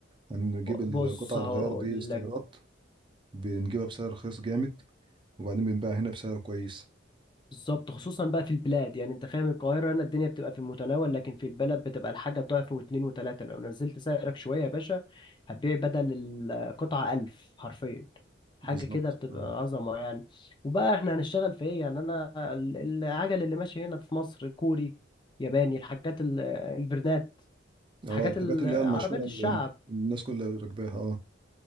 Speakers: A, on the right (about 25°); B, on the left (about 25°).
A: هنجيب القطع
B: بص هقول
A: الغيار دي استيراد
B: لك
A: بنجيبها بسعر رخيص جامد وبعدين بنبيعها هنا بسعر كويس
B: بالظبط خصوصا بقى في البلاد يعني انت فاهم القاهرة هنا الدنيا بتبقى في المتناول لكن في البلد بتبقى الحاجة ضعف واتنين وتلاتة لو نزلت سعرك شوية يا باشا هتبيع بدل القطعة ألف حرفيا حاجة
A: بالظبط
B: كده بتبقى
A: اه
B: عظمة يعني وبقى احنا هنشتغل في ايه يعني انا ال- العجل اللي ماشي هنا في مصر كوري ياباني الحاجات ال- البرنات
A: اه
B: الحاجات
A: الحاجات
B: ال-
A: اللي هي المشهورة
B: عربيات
A: اللي
B: الشعب
A: الناس كلها راكباها اه